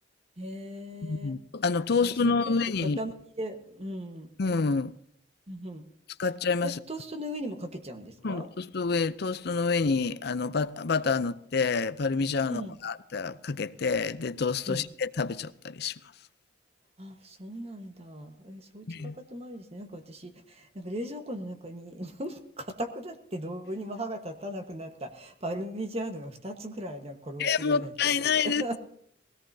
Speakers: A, on the right; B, on the left.
A: へえ、
B: うん、あの、トーストの上に、
A: うちの結構塊で、うん、うん、
B: うん、
A: うん。
B: 使っちゃいます。
A: え、トーストの上にもかけちゃうんですか
B: うん、トースト上、トーストの上に、あの、バ、バター塗って、パルミジャーノを
A: うん、
B: かけて、で、トーストして食べちゃったりします。
A: うん。あ、そうなんだ。え、そういう使い方もあるんですね。
B: え
A: なんか私、なんか冷蔵庫の中に、<laughs> なんか硬くなってどうにも歯が立たなくなったパルミジャーノが2つぐらいなんか転がってるような気がする。
B: ー、もったいないです。
A: <laughs>